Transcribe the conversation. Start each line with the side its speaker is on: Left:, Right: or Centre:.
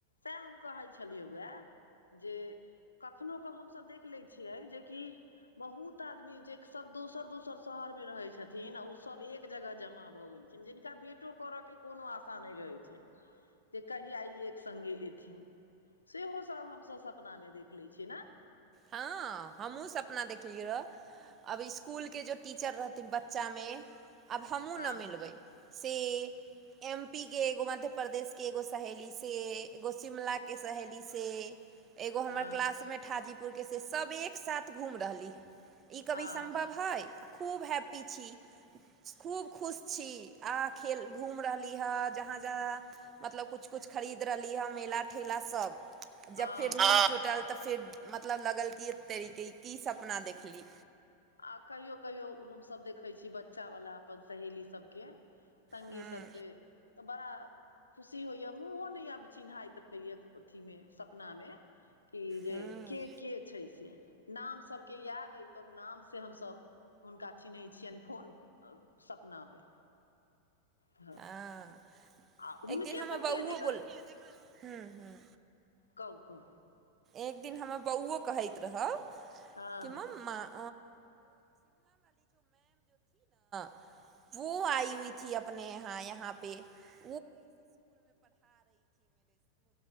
Left: सएह हम कहै छलियै वा जे हम कखनो क हम स देख लै छियै जेकी बहुत आदमी जेकी सब दोसर दोसर शहर मे रहै छथिन आ उ सब एक एक जगह जमा भऽ गेलखिन जिनका भेटो करय के कोनो आशा नै रहै छै जे कहिआ ई एक संगे एथिन सेहो सब हमसब सपनामे देख लै छियै नाय
Right: हँ हमहूँ सपना देखलियै रहए आब इस्कुलके जे टीचर रहथिन बच्चामे आब हमहूँ
Left: हँ
Right: न मिलबै से एम पी के एगो मध्य प्रदेश के एगो सहेली से एगो शिमलाके सहेली से एगो हमर
Left: हँ
Right: क्लासमे ठाजीपुरके से सब एकसाथ घूम रहली हँ ई कवि
Left: हँ
Right: सम्भव हइ आ खूब हैप्पी छी खूब खुश छी आहाँ खेल घूम रहली हँ जहाँ जहाँ मतलब कुछ कुछ खरीद रहली हँ मेला ठेला सब जब
Left: हँ
Right: फेर नाथ टूटल तऽ फेर मतलब लगल की तरीके की सपना देखली
Left: आ कहियो कहियो हमसब देखै छी बच्चावला अपन सहेली सबके संगी
Right: हूँ
Left: सबके तऽ बड़ा खुशी होइए मूॅंहो नै आब चिन्हाइत रहैया अथीमे सपनामे कि जे
Right: हूँ
Left: के के छैय से नाम सबके याद अइ तब नाम से हम सब हुनका चिन्है छियनि फोन सपनामे तऽ
Right: हँ
Left: आ हुनके
Right: एक दिन हमर
Left: सभके
Right: बाबूहो
Left: जकरा
Right: बोल हूँ हूँ
Left: कहु कहु
Right: एक दिन हमर बौओ कहैत रहब
Left: हँ
Right: कि मम माँ <unintelligible> <unintelligible> <unintelligible> <unintelligible>